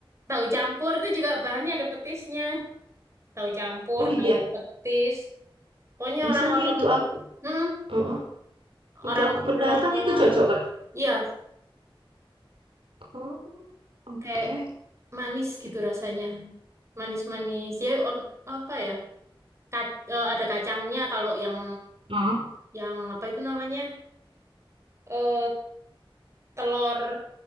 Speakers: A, on the right; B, on the right.
A: tahu campur itu juga bahannya ada petisnya tahu campur
B: Oh iya.
A: tahu petis pokoknya
B: Misal
A: orang-orang
B: nih untuk aku.
A: hmm,
B: Heeh.
A: orang
B: Untuk aku pendatang
A: eh,
B: itu cocok, Kak.
A: Iya,
B: Oh, oke.
A: kayak manis gitu rasanya. Manis-manis. Ya, on, apa ya? Ka- eh, ada kacangnya kalau yang
B: Heeh.
A: yang apa itu namanya? Eh telur